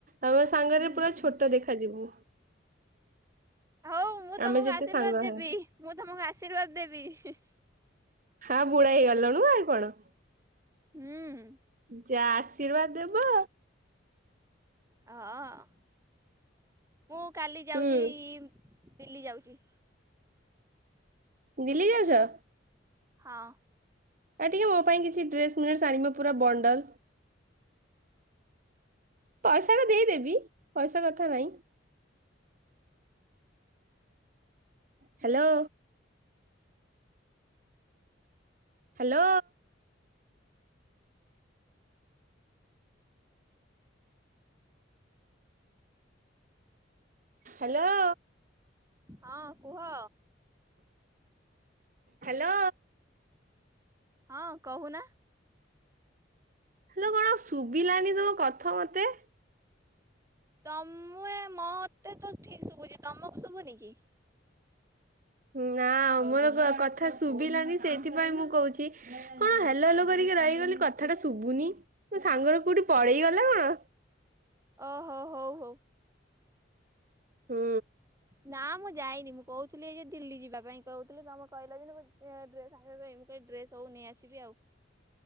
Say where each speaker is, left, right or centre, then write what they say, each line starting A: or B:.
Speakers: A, on the right (about 45°); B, on the right (about 15°).
A: ତମ ସାଙ୍ଗରେ
B: ହୁଁ
A: ପୁରା ଛୋଟ ଦେଖାଯିବୁ।
B: ହଉ ମୁଁ ତମକୁ
A: ଆମେ ଯେତେ
B: ଆର୍ଶୀବାଦ
A: ସାଙ୍ଗ
B: ଦେବି
A: ହେ
B: ମୁଁ ତମକୁ ଆର୍ଶୀବାଦ ଦେବି ହିଁ।
A: ହଁ ଆଉ ବୁଢୀ ହେଇଗଲଣୁ ଆଉ କଣ।
B: ହୁଁ ହୁଁ।
A: ଯିଏ ଆର୍ଶୀବାଦ ଦେବ
B: ହଁ ମୁଁ କାଲି ଯାଉଛି
A: ହୁଁ
B: ଦିଲ୍ଲୀ ଯାଉଛି।
A: ଦିଲ୍ଲୀ ଯାଉଛ?
B: ହଁ।
A: ଏ ଟିକେ ମୋ ପାଇଁ କିଛି ଡ୍ରେସ୍ ମ୍ରେସ୍ ଆଣିବ ପୁରା ବଣ୍ଡଲ। ପଇସା ଟା ଦେଇ ଦେବି ପଇସା କଥା ନାହିଁ। ହାଲୋ। ହାଲୋ। <inaudible> ହାଲୋ।
B: ହଁ କୁହ।
A: ହାଲୋ।
B: ହଁ କହୁନା।
A: ହାଲୋ କଣ ଶୁଭିଲାନି ତମ କଥା ମତେ?
B: ତମେ ମତେ ତ ଠିକ୍ ଶୁଭୁଛି ତମକୁ ଶୁଭୁନି କି?
A: ନା ମୋର କଥା ଶୁଭିଲାନି ସେଇଥିପାଇଁ ମୁଁ କହୁଛି କଣ ହାଲୋ ହାଲୋ କରିକି ରହିଗଲୁ କଥାଟା ଶୁଭୁନି ତୋ ସାଙ୍ଗର କୋଉଠି ପଳେଇଗଲା କଣ?
B: ଓ ହୋ ହଉ ହଉ।
A: ହୁଁ।
B: ନା ମୁଁ ଯାଇନି ମୁଁ କହୁଥିଲି ଏଇ ଯୋଉ ଦିଲ୍ଲୀ ଯିବା ପାଇଁ କହୁଥିଲି ତମେ କହିଲ ଯେନ୍ତି ମୋ ଡ୍ରେସ୍ ଆଣିବା ପାଇଁ ମୁଁ ଏ ଡ୍ରେସ୍ ସବୁ ନେଇ ଆସିବି ଆଉ।